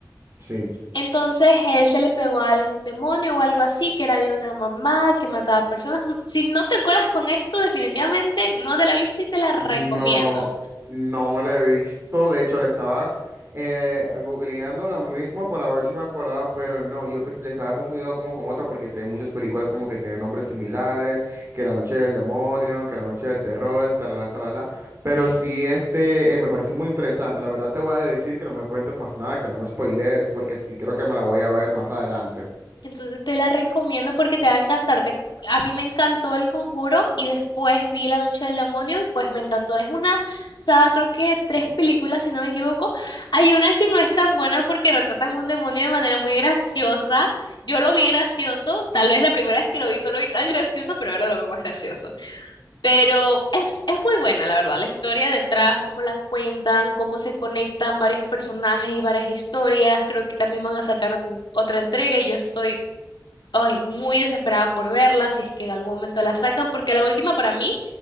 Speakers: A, on the right (about 35°); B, on the left (about 85°).
A: Sí,
B: Entonces él se le pegó a algún demonio o algo así, que era de una mamá que mataba personas. Mm, Si no te acuerdas con esto, definitivamente no te la viste y te la recomiendo.
A: No, no me lo he visto. De hecho, le estaba eh, googleando ahora mismo para ver si me acordaba, pero no, yo pues, le estaba confundiendo como con otra porque sí hay muchas películas como que tienen nombres similares, que La Noche del Demonio, que La Noche del Terror, talala, talala. Pero sí, este eh, me parece muy interesante. La verdad te voy a decir que no me cuentes más nada, que no me spoilees, porque sí creo que me la voy a ver más adelante.
B: Entonces te la recomiendo porque te va a encantar. Te- a mí me encantó El Conjuro y después vi La Noche del Demonio y pues me encantó. Es una saga, creo que tres películas, si no me equivoco. Hay una que no es tan buena porque retratan un demonio de manera muy graciosa. Yo lo vi gracioso, tal vez la primera vez que lo vi no lo vi tan gracioso, pero ahora lo veo más gracioso. Pero es, es muy buena, la verdad, la historia detrás, cómo la cuentan, cómo se conectan varios personajes y varias historias. Creo que también van a sacar ot- otra entrega y yo estoy, ay, muy desesperada por verla, si es que en algún momento la sacan, porque la última para mí